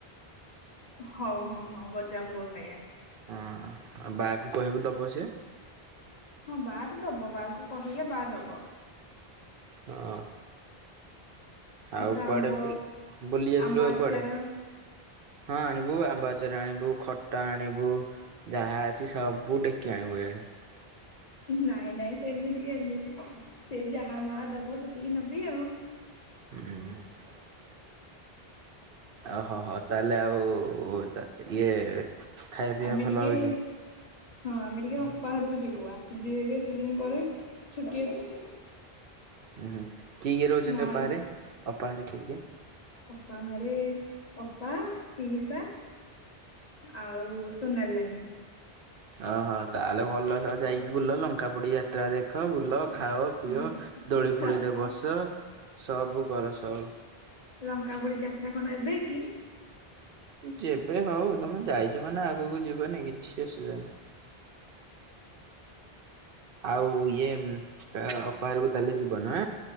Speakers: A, on the left; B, on the right.
A: ହଉ ହଁ ହଁ ଗଜାମୁଗ ଖାଇବା।
B: ହଁ ଆଉ ବାଆକୁ କହିବୁ ଦବ ସିଏ।
A: ହଁ ବା ତ ଦବ ବାକୁ କହିଲେ ବା ଦବ।
B: ହଁ। ଆଉ
A: ଏଥର
B: କୁଆଡେ
A: ଆମ୍ବ
B: ବୁଲ୍ ବୁଲି ଯାଇଥିଲୁ
A: ଆମ୍ବ
B: ଆଉ
A: ଆଚାର
B: କୁଆଡେ। ହଁ ଆଣିବୁ ଆମ୍ବ ଆଚାର ଆଣିବୁ ଖଟା ଆଣିବୁ- ଯାହା ଅଛି ସବୁ ଟେକି ଆଣିବୁ ଏଆଡ଼େ
A: ନାଇଁ ନାଇଁ ସେମିତି କେମିତି ସେ ଯାହା ମା ଦବ ସେତିକି ନେବି ଆଉ
B: ହୁଁ। ଓହୋ ହ ତାହେଲେ ଆଉ ତ ଇଏ ଖାଇବା ପିଇବା
A: ଆମେ
B: ଭଲ
A: ଟିକେ।
B: ହଉଛି।
A: ହଁ ଆମେ ଟିକେ ଅପା ଘରକୁ ଯିବୁ ଆସିଛୁ ଏ ଏତେ ଦିନ ପରେ ଛୁଟି ଅଛି।
B: ହଁ ହୁଁ କିଏ କିଏ ରହୁଛନ୍ତି
A: ମା
B: ଅପା ଘରେ ଅପା ଘରେ କିଏ କିଏ?
A: ଅପା ଘରେ ଅପା ପିଇସା ଆଉ ସୋନାଲ ନାନୀ।
B: ଓହୋ ତାହେଲେ ଭଲ ସବୁ ଯାଇକି ବୁଲ ଲଙ୍କା ପଡି ଯାତ୍ରା ଦେଖ ବୁଲ ଖାଅ। ପିଅ
A: ଲଙ୍କା
B: ଦୋଳି ଫୋଳିରେ ବସ ସବୁ କର ସବୁ
A: ଲଙ୍କାପୁଡ଼ି ଯାତ୍ରା କଣ ଏବେ କି?
B: ଯେବେ ହଉ ତମେ ଯାଇଛ ମାନେ ଆଗକୁ ଯିବନି, କିଛି ଅସୁବିଧା ନାହିଁ। ଆଉ ଇଏ--ଅପାଘରକୁ ତାହେଲେ ଯିବନା